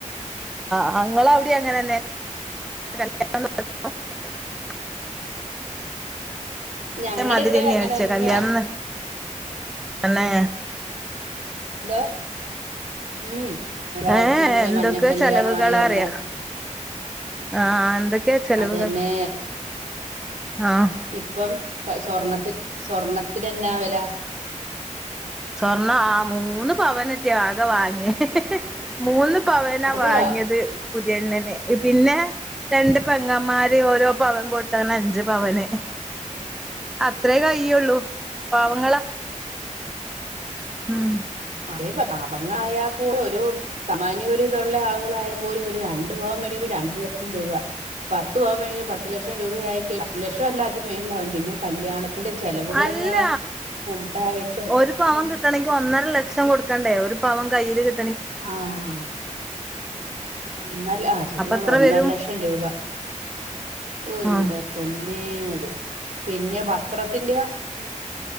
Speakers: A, in the centre; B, on the right.
A: ആ ങ്ങളവ്ടിം അങ്ങനെന്നെ <unintelligible>
B: ഞങ്ങടെ
A: മധുരംന്ന്യാച്ചേ
B: ഇവിടെ അങ്ങനെ തന്നെയാ
A: കല്യാണംന്ന്‌ തന്നേ
B: ന്തോ ഉം ഒരാഴ്ച
A: ഏഹ്
B: നുമ്പേ
A: എന്തൊക്കെ
B: മഞ്ഞ കല്യാണമായി
A: ചെലവുകളാറിയാ
B: എല്ലാം
A: ആഹ് എന്തൊക്കെ ചെലവുകൾ
B: അതെന്നേ
A: ആഹ്
B: ഇപ്പം ക സ്വർണ്ണത്തി സ്വർണത്തിനെന്നാ വെലാ
A: സ്വർണം ആഹ് മൂന്ന് പവനെറ്റെ ആകെ വാങ്ങ്യെ മൂന്ന് പവനാ
B: അതെയോ
A: വാങ്ങിയത് പുതിയ പെണ്ണിന്, പിന്നെ രണ്ട് പെങ്ങമ്മാര് ഓരോ പവൻ കൊടുത്ത്, അങ്ങനെ അഞ്ച് പവന്. അത്രെയേ കഴിയുള്ളൂ. പാവങ്ങളാ ഉം
B: അതെ പ പാവങ്ങളായാ പോലും ഒരു സാമാന്യ ഒരു ഇതൊള്ള ആളുകളായാ പോലും ഒരു രണ്ട് പവൻ വേടിക്കുമ്പോ രണ്ട് ലക്ഷം രൂപ, പത്തു പവൻ വേടിക്കുമ്പോ പത് ലക്ഷം രൂപ ആയി കഴി പത്തു ലക്ഷം അല്ല അതി മേ ല്ലാം പിന്നെ കല്യാണത്തിന്റെ ചെലവുകൾ
A: അല്ല
B: എന്നതാ ഫുഡായിട്ടും
A: ഒരു പവൻ
B: ഉം
A: കിട്ടണമെങ്കിൽ ഒന്നര ലക്ഷം കൊടുക്കണ്ടേ ഒരു പവൻ കയ്യില് കി
B: ആഹ് ഒന്നര ആഹ് ശെരിയാണല്ലോ
A: അപ്പൊ എത്ര
B: ഒന്നര
A: വരും
B: ലക്ഷം രൂപ ഓ എന്റെ
A: ആ
B: പൊന്നേ അത് പിന്നെ വസ് ത്രത്തിന്റെയോ?